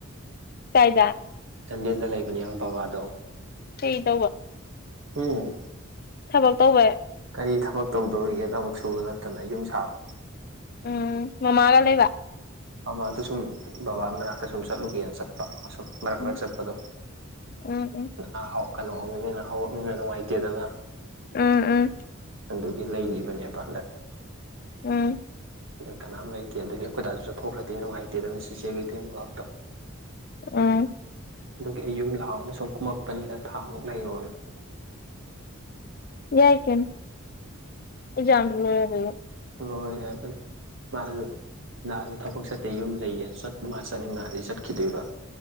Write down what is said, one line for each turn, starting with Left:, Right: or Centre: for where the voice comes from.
Left: ꯀꯥꯏꯗ
Right: ꯆꯥꯟꯗꯦꯜꯗ ꯂꯩꯕꯅꯦꯕ ꯕꯕꯥꯗꯣ
Left: ꯀꯩ ꯇꯧꯕ
Right: ꯍꯨꯝ
Left: ꯊꯕꯛ ꯇꯧꯕꯩ
Right: ꯀꯔꯤ ꯊꯕꯛ ꯇꯧꯗꯧꯔꯤꯒꯦ ꯊꯕꯛ ꯁꯨꯕ ꯅꯠꯇꯅ ꯌꯨꯝ ꯁꯥꯕ
Left: ꯎꯝ ꯃꯃꯥꯒ ꯂꯩꯕ
Right: ꯃꯃꯥꯗꯣ ꯁꯨꯝ ꯕꯕꯥ ꯃꯅꯥꯛꯇ ꯁꯨꯝ ꯆꯠꯂꯨꯒꯦꯅ ꯆꯠꯄ ꯑꯁꯨꯝ ꯃꯔꯛ
Left: ꯎꯝ
Right: ꯃꯔꯛ ꯆꯠꯄꯗꯣ
Left: ꯎꯝ ꯎꯝ
Right: ꯑ ꯀꯩꯅꯣꯅꯤꯅ ꯍꯥꯎꯔꯛꯅꯤꯅ ꯅꯨꯡꯉꯥꯏꯇꯦꯗꯅ
Left: ꯎꯝ ꯎꯝ
Right: ꯑꯗꯨꯒꯤ ꯂꯩꯔꯤꯕꯅꯦꯕ ꯍꯟꯗꯛ
Left: ꯎꯝ
Right: ꯑꯗꯨꯒꯤ ꯀꯅꯥꯝ ꯂꯩꯇꯦ ꯑꯗꯨꯒꯤ ꯑꯩꯈꯣꯏ ꯗꯥꯁꯨ ꯆꯠꯊꯣꯛꯈ꯭ꯔꯗꯤ ꯅꯨꯡꯉꯥꯏꯇꯦꯗꯅ ꯑꯗꯨꯅ ꯆꯦꯆꯦꯒ ꯏꯇꯩꯃ ꯈꯛꯇ
Left: ꯎꯝ
Right: ꯑꯗꯨꯒꯤ ꯑꯩ ꯌꯨꯝ ꯂꯥꯛꯑꯝꯃ ꯁꯨꯝ ꯀꯨꯝꯃꯛꯄꯅꯤꯗ ꯊꯥꯃꯨꯛ ꯂꯩꯔꯣꯅ
Left: ꯌꯥꯏ ꯀꯩꯅꯣ ꯑꯦꯛꯖꯥꯝꯖꯨ ꯂꯣꯏꯔꯗꯨꯕꯣ
Right: ꯂꯣꯏꯔꯦ ꯑꯗꯨ ꯃꯥꯖꯨ ꯅꯍꯥꯟꯖꯨ ꯊꯕꯛ ꯆꯠꯇꯦ ꯌꯨꯝ ꯂꯩꯌꯦꯅ ꯃꯥ ꯆꯠꯅꯤꯡꯉꯛꯑꯗꯤ ꯆꯠꯈꯤꯗꯣꯏꯕ